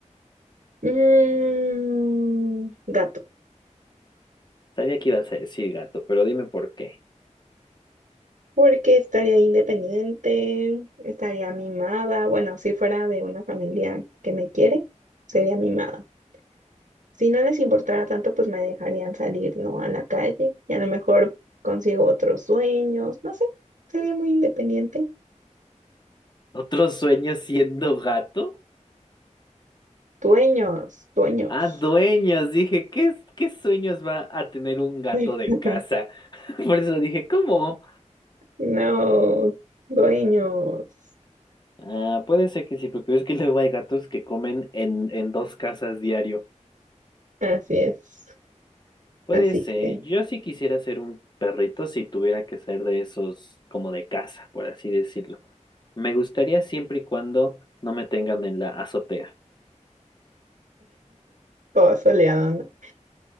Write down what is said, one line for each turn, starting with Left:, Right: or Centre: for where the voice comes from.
Right: Mm, gato.
Left: Sabía que ibas a decir gato, pero dime por qué.
Right: Porque estaría independiente, estaría mimada. Bueno, si fuera de una familia que me quiere, sería mimada. Si no les importara tanto, pues me dejarían salir, ¿no? A la calle y a lo mejor consigo otros sueños. No sé, sería muy independiente.
Left: ¿Otro sueño siendo gato?
Right: Dueños, dueños.
Left: Ah, dueños. Dije, ¿qué, qué sueños va a tener un gato
Right: <laughs>
Left: de casa? <laughs> Por eso dije, ¿cómo?
Right: No, dueños.
Left: Ah, puede ser que sí, porque ves que luego hay gatos que comen en, en dos casas diario.
Right: Así es.
Left: Puede
Right: Así
Left: ser.
Right: que
Left: Yo sí quisiera ser un perrito si tuviera que ser de esos como de casa, por así decirlo. Me gustaría siempre y cuando no me tengan en la azotea.
Right: todo soleado, ¿no?